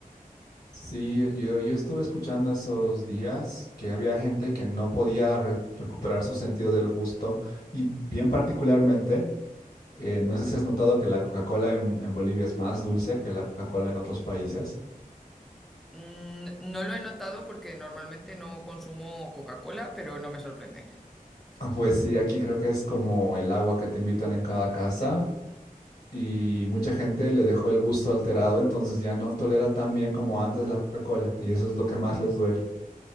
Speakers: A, on the left; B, in the centre.
A: Sí, yo, yo estuve escuchando esos días que había gente que no podía re- recuperar su sentido del gusto y bien particularmente, eh, no sé si has notado que la Coca-Cola en, en Bolivia es más dulce que la Coca-Cola en otros países.
B: Mm, no lo he notado porque normalmente no consumo Coca-Cola, pero no me sorprende.
A: Ah, Pues sí, aquí creo que es como el agua que te invitan en cada casa
B: Sí.
A: y mucha gente le dejó el gusto alterado, entonces ya no tolera tan bien como antes la Coca-Cola y eso es lo que más les duele.